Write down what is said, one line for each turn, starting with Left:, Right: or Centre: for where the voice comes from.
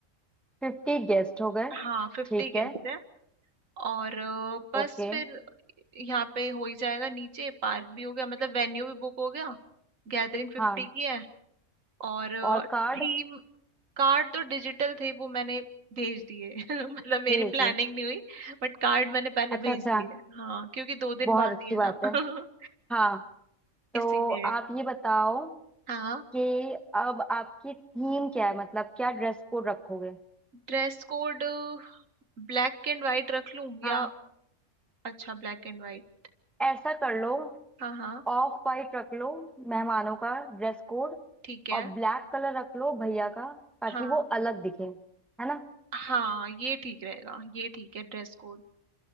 Centre: फिफ्टी गेस्ट हो गए
Right: हाँ फिफ्टी
Centre: ठीक
Right: गेस्ट
Centre: है
Right: है और अ, बस
Centre: ओके
Right: फिर यहाँ पे हो ही जाएगा नीचे पार्क भी हो गया मतलब वेन्यू भी बुक हो गया गैदरिंग फिफ्टी
Centre: हाँ
Right: की है और
Centre: और कार्ड
Right: थीम कार्ड तो डिजिटल थे वो मैंने भेज दिए <laughs> मतलब मेरी
Centre: भेज
Right: प्लानिंग
Centre: दिए
Right: नहीं हुई बट कार्ड मैंने पहले
Centre: अच्छा
Right: भेज
Centre: अच्छा
Right: दिए हाँ क्योंकि दो दिन
Centre: बहुत
Right: बाद
Centre: अच्छी
Right: ही है
Centre: बात
Right: ना <laughs>
Centre: है हाँ तो
Right: इसीलिए
Centre: आप ये बताओ
Right: हाँ
Centre: कि अब आपकी थीम क्या है मतलब क्या ड्रेस कोड रखोगे
Right: Dress code black and white रख लूं या
Centre: हाँ
Right: अच्छा ब्लैक एंड वाइट
Centre: ऐसा कर लो
Right: हाँ हाँ
Centre: ऑफ वाइट रख लो मेहमानों का ड्रेस कोड
Right: ठीक है
Centre: और ब्लैक कलर रख लो भैया का ताकि
Right: हाँ
Centre: वो अलग दिखे है ना
Right: हाँ ये ठीक रहेगा ये ठीक है ड्रेस कोड